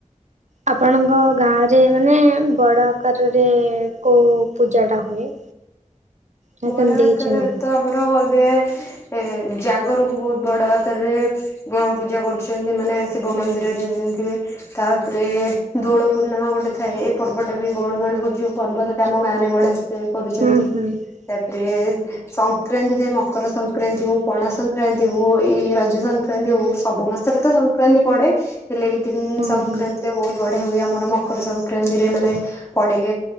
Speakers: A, on the right (about 65°); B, on the left (about 20°).
A: ଆପଣଙ୍କ ଗାଁରେ ମାନେ ବଡ ଆକାରରେ କୋଉ ପୂଜାଟା ହୁଏ? ନା
B: ବୋଡ
A: ସେମିତି
B: ଦରକାରରେ
A: କିଛି ନାହିଁ
B: ତ ଆମର ଏବେ ଏ ଜାଗରକୁ ବହୁତ ବଡ ଆକାରରେ ଶିବ ପୂଜା କରୁଛନ୍ତି ମାନେ ଶିବ ମନ୍ଦିରରେ ଜେମତିହୁଏ। ତାପରେ
A: ହଁ
B: ଦୋଳ
A: ହଁ
B: ପୂର୍ଣ୍ଣିମା ଗୋଟେଥାଏ ଏ ପର୍ବଟାବି ବଉଳ ମାନଙ୍କୁ ଜୁ ପର୍ବତଟା
A: ଆଚ୍ଛା
B: ଆମ ଗାଁରେ ବଢିଆସେ କରୁଛନ୍ତି
A: ହୁଁ ହୁଁ
B: ତାପରେ
A: ହୁଁ
B: ସ
A: ହୁଁ।
B: ସଂକ୍ରାନ୍ତି ଥାଏ ମକର ସଂକ୍ରାନ୍ତି ହଉ ପଣା ସଂକ୍ରାନ୍ତି ହଉ ଏଇ ରଜ ସଂକ୍ରାନ୍ତି ହଉ ସବୁ ମାସରେତ ସ ସଂକ୍ରାନ୍ତି ପଡେ ହେଲେ ଏଇ ଦିନ
A: ହୁଁ
B: ସଂକ୍ରାନ୍ତି
A: ହୁଁ
B: ବହୁତ ବଢିଆ ହୁଏ ଆମର ମକର ସଂକ୍ରାନ୍ତିରେ ମାନେ ପଡେ